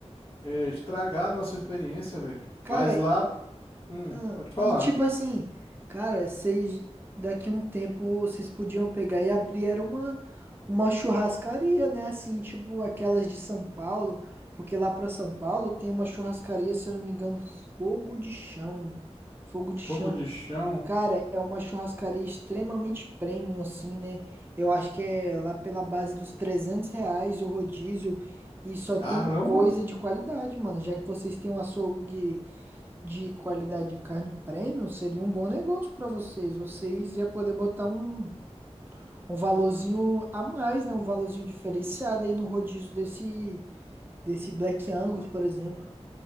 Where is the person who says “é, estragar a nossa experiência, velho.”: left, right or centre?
Left